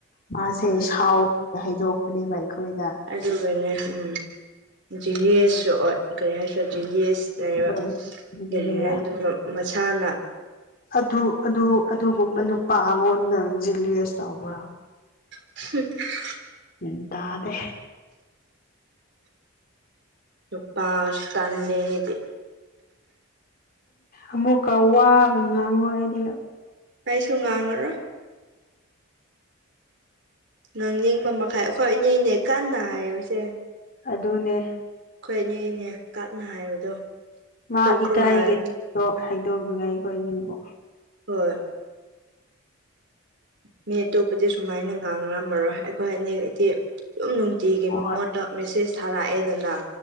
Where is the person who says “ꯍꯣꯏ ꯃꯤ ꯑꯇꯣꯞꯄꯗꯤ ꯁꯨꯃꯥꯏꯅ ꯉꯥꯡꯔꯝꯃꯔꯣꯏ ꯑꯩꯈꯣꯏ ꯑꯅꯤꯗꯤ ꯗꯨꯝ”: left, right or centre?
Right